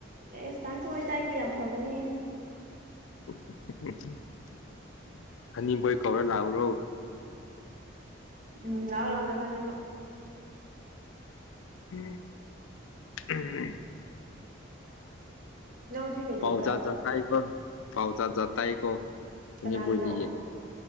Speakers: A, on the right; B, on the left.
A: ꯑꯦ ꯏꯁꯇꯥꯟꯊꯣꯛꯏꯗꯥꯏꯗꯤ ꯌꯥꯝ ꯐꯕꯅꯦꯍꯦ
B: ꯎꯝ ꯎꯝ ꯑꯅꯤꯕꯣꯏ ꯀꯧꯔ ꯂꯥꯛꯎꯔꯣ
A: ꯎꯝ ꯅꯎ ꯂꯥꯎꯅꯕꯅꯤꯃ
B: ꯝ ꯎꯝ
A: ꯅꯪ ꯍꯧꯖꯤꯛ ꯀꯩꯗꯧꯕ꯭ꯔꯣ
B: ꯄꯥꯎꯖꯥ ꯇ ꯀ ꯄꯥꯎꯖꯥ ꯇꯥꯀ
A: ꯀꯅꯥꯒꯤꯅꯣ
B: ꯑꯅꯤꯕꯣꯏꯗꯤꯒꯦ